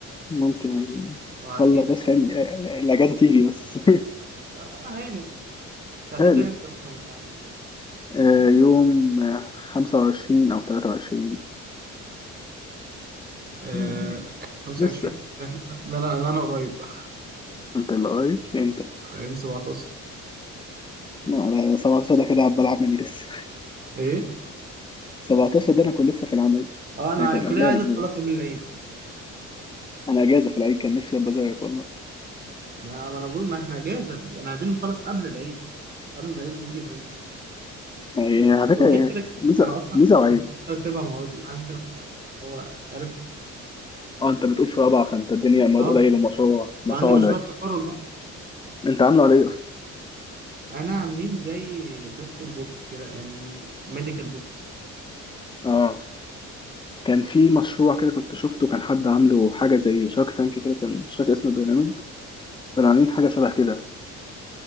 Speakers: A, on the left; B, on the right.
A: ممكن يعني
B: وهتفيدك
A: خلص بس فاهم آه،
B: لذيذ
A: الاجازه تيجي بس
B: اه هانت انت هتبدا
A: <laughs> ثالث
B: امتى مثلا
A: آه، يوم آه، 25 او 23
B: آه
A: مم،
B: 25
A: لسه
B: لا إحنا- لا لا لا، انا قريب بقى
A: انت اللي قريب امتى؟
B: يوم 17
A: لا انا 17 ده كده هبقى العب مني لسه
B: ايه
A: <laughs> 17 ده انا كنت لسه في العمل
B: اه انا
A: يعني كنا
B: الكليه
A: قبلها
B: عايزه
A: باسبوع
B: تخلص قبل العيد
A: انا اجازه في العيد كان نفسي ابقى زيك والله
B: ما ما انا بقول ما احنا اجازه انا عايزين نخلص قبل العيد قبل ما يبدا يجي العيد
A: يعني على
B: وغير
A: فكره يعني
B: كده كده،
A: ميزه
B: انا اصلا
A: ميزه وعيب
B: انا مخلص ثلاث ارباع موادي انا عندي ثلاث مواد هو عارف
A: اه انت بتقول في رابعه فانت الدنيا مواد
B: اه
A: قليل ومشروع مشروع
B: عندي مشروع
A: ولا
B: التخرج بقى
A: انت عامله على ايه
B: انا عاملين زي دكتور بوت كده يعني ميديكال بوت
A: اه كان في مشروع كده كنت شفته كان حد عامله حاجة زي شارك تانك كده كان مش فاكر اسم البرنامج كانوا عاملين حاجة شبه كده